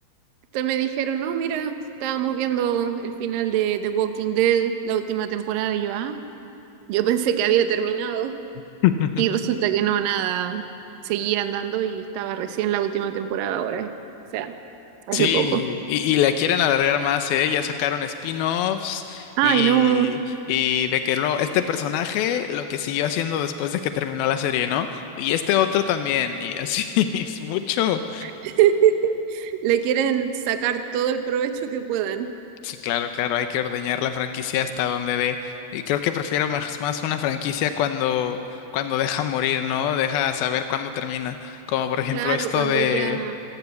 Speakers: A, on the right (about 75°); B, on the left (about 80°).
A: hasta me dijeron, no, mira, estábamos viendo el final de The Walking Dead, la última temporada, y yo, ah, yo pensé que había terminado.
B: <laughs>
A: Y resulta que no, nada, seguía andando y estaba recién la última temporada ahora, eh. O sea, hace
B: Sí,
A: poco.
B: y, y la quieren alargar más, ¿eh? Ya sacaron spin-offs
A: Ay,
B: y,
A: no,
B: y de que lo, este personaje lo que siguió haciendo después de que terminó la serie, ¿no? Y este otro también, y así <laughs> es mucho.
A: <laughs> le quieren sacar todo el provecho que puedan.
B: Sí, claro, claro, hay que ordeñar la franquicia hasta donde dé. Y creo que prefiero más, más una franquicia cuando, cuando deja morir, ¿no? Deja saber cuándo termina. Como por ejemplo
A: Claro,
B: esto
A: cuando
B: de,
A: ya